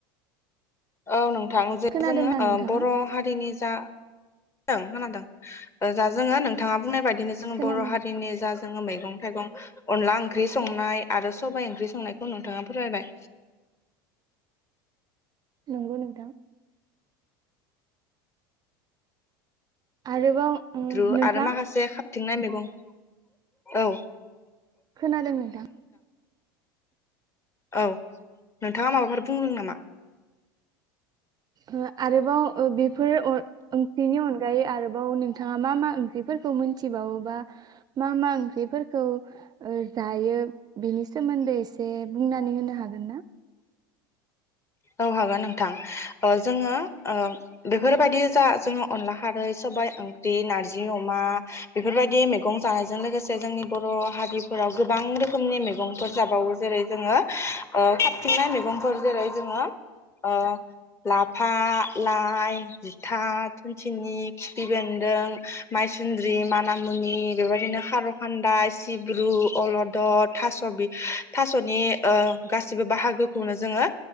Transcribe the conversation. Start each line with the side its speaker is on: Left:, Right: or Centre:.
Left: औ नों थां जे
Right: खोनादोंना
Left: जोङो ओ
Right: नोंथाङा
Left: बर हारिनि जा खोनादों जा जोङो नोंथाङा बुंनाय बायदि बिदिनो जोङो
Right: खोनादों
Left: बर' हारिनि जा जोङो मैगं थाइगं अनला ओंख्रि संनाय आरो सबाय ओंख्रि संनायखौ नोंथाङा फोरायबाय
Right: नंगौ नोंथां आरोबाव
Left: ग्रु
Right: नोंथां
Left: आरो माखासे थिंना मैगं औ
Right: खोनादों नोंथां
Left: औ नोंथाङा माबाफोर बुंदों नामा?
Right: ओ आरोबाव ओ बेफोर बेनि ओंख्रिनि अनगायै आरोबाव नों नोंथाङा मा मा ओंख्रिफोरखौ मोनथिबावोबा मा मा ओंख्रिफोरखौ जायो बेनि सोमोन्दै एसे बुंनानै होनो हागोन ना?
Left: औ हागोन नोंथां ओ जोङो बेफोरबायदि जा जोङो अनला खारै सबाय ओंख्रि नारजि अमा बेफोरबायदि मैगं जानायजों लोगोसे जोंनि बर' हारिफोराव गोबां रोखोमनि मैगंफोर जाबावो जेरै जोङो ओ खाबथिंनाय मैगंफोर जेरै जोङो ओ लाफा लाइ जुथा थुुनथिनि खिफि बेन्दों मायसुन्द्रि मानामुनि बेबायदिनो खार' खान्दा सिब्रु अलदद थास' बि थास'नि ओ गासिबो बाहागोखौनो जोङो